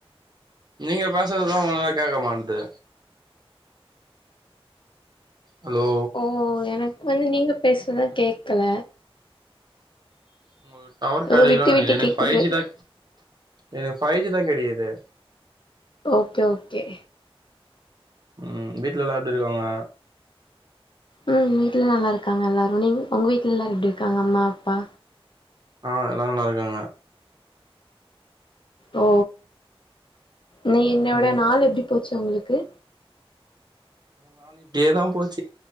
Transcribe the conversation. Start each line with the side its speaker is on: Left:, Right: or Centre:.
Right: நீங்க பேசறதுதா ஒழுங்க கேக்க மாட்டுது ஹலோ
Left: ஓ எனக்கு வந்து நீங்க பேசறதுதா கேக்கல
Right: உங்களுக்கு டவர் கெடைக்கல
Left: ஓ விட்டு
Right: நெனைக்கே
Left: விட்டு
Right: எனக்கு
Left: கேக்குது
Right: ஃபைவ் ஜி தா எனக்கு ஃபைவ் ஜி தா கெடைக்குது
Left: ஓகே ஓகே
Right: ம் வீட்லல்லா எப்டி இருக்காங்க
Left: ம் வீட்ல நல்லாருக்காங்க எல்லாரு நீ உங்க வீட்ல எல்லாரு எப்டி இருக்காங்க அம்மா அப்பா
Right: ஆ எல்லாரு நல்லா இருக்காங்க
Left: ஓ நீ இன்னியோட
Right: ம்
Left: நாள் எப்படி போச்சு உங்களுக்கு
Right: நாள் இப்படியே தா போச்சி